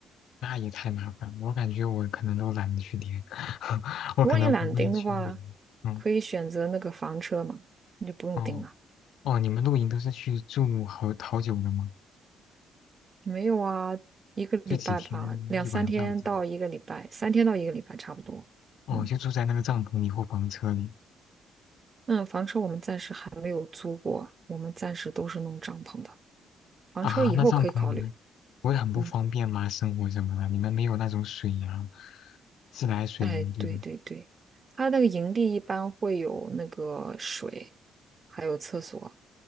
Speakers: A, on the left; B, on the right.
A: 那也太麻烦了，我感觉我可能都懒得去钉，<laughs> 我可能不会去露营。
B: 如果你懒得钉的话，
A: 嗯，
B: 可以选择那个房车嘛，你就不用钉了。
A: 哦哦，你们露营都是去住好好久的吗？
B: 没有啊，一个礼拜吧，
A: 就几天一晚上之类
B: 两三天到一个礼拜，三天到一个礼拜差不多。
A: 的？
B: 嗯
A: 哦，就住在那个帐篷里或房车里。
B: 嗯，房车我们暂时还没有租过，我们暂时都是弄帐篷的。房车以后可以考虑。
A: 啊，那帐篷你们不会很不方便吗？
B: 嗯，
A: 生活什么的，你们没有那种水呀、自来水呀、
B: 哎，
A: 对吧？
B: 对对对，它那个营地一般会有那个水，还有厕所，